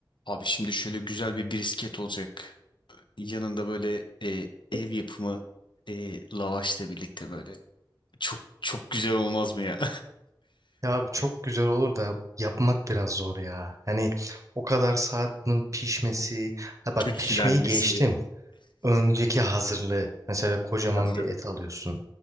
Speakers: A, on the left; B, on the right.
A: Abi şimdi şöyle güzel bir brisket olacak. Yanında böyle e, ev yapımı e, lavaşla birlikte böyle. Çok çok güzel olmaz mı ya?
B: Ya abi çok güzel olur da yapmak biraz zor ya. Yani o kadar saat bunun pişmesi.
A: <laughs>
B: Ha bak
A: Tütsülenmesi.
B: pişmeyi geçtim. Önceki hazırlığı. Mesela kocaman
A: Tabii
B: bir
A: tabii.
B: et alıyorsun.